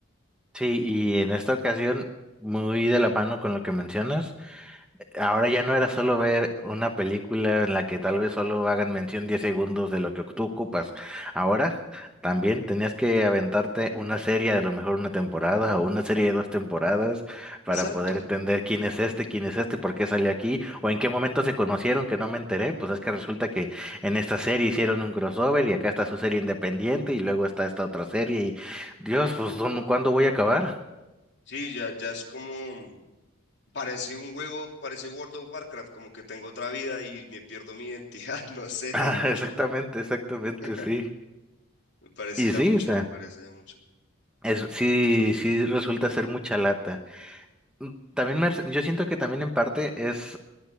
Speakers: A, in the centre; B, on the left.
A: Sí, y en esta ocasión, muy de la mano con lo que mencionas. Ahora ya no era solo ver una película en la que tal vez solo hagan mención 10 segundos de lo que tú ocupas. Ahora también tenías que aventarte una serie, a lo mejor una temporada o una serie de dos temporadas para
B: Exacto.
A: poder entender quién es este, quién es este, por qué salió aquí o en qué momento se conocieron que no me enteré. Pues es que resulta que en esta serie hicieron un crossover y acá está su serie independiente y luego está esta otra serie y Dios, pues ¿dónde- ¿cuándo voy a acabar? <laughs>
B: Sí, ya, ya es como, parece un juego, parece World of Warcraft, como que tengo otra vida y me pierdo mi identidad, <laughs> no sé,
A: Ah,
B: ya es mucho,
A: Exactamente,
B: me,
A: exactamente,
B: <laughs>
A: sí.
B: me parece
A: Y
B: ya
A: sí,
B: mucho,
A: o sea.
B: me parece ya mucho.
A: Es, sí, sí resulta ser mucha lata. Mm, También me, yo siento que también en parte es,